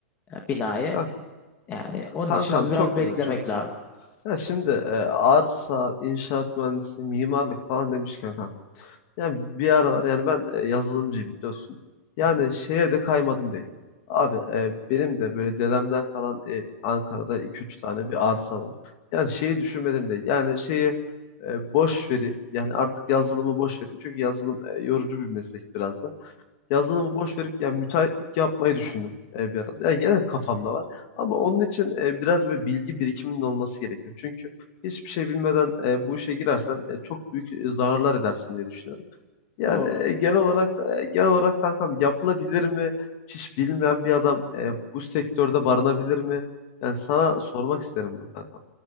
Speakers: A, on the left (about 20°); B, on the left (about 40°).
A: e, binayı.
B: Ya
A: Yani onun
B: kankam
A: için ama biraz
B: çok
A: beklemek
B: güzel çok güzel.
A: lazım.
B: Ya şimdi e, arsa, inşaat mühendisi, mimarlık falan demişken kanka. Yani bir aralar yani ben e, yazılımcıyım biliyorsun. Yani
A: Hı hı.
B: şeye de kaymadım değil. Abi e, benim de böyle dedemden kalan e, Ankara'da iki üç tane bir arsa var. Yani şeyi düşünmedim değil. Yani şeyi e, boş vereyim. Yani artık yazılımı boş vereyim. Çünkü yazılım e, yorucu bir meslek biraz da yazılımı boş verip yani müteahhitlik yapmayı düşündüm e, bir arada. Yani genel kafamda var. Ama onun için e, biraz böyle bilgi birikiminin olması gerekiyor. Çünkü hiçbir şey bilmeden e, bu işe girersen e, çok büyük e, zararlar edersin diye düşünüyorum. Yani
A: Doğru.
B: e, genel olarak e, genel olarak kankam yapılabilir mi? Hiç bilmeyen bir adam e, bu sektörde barınabilir mi? Yani sana sormak isterim bunu kankam.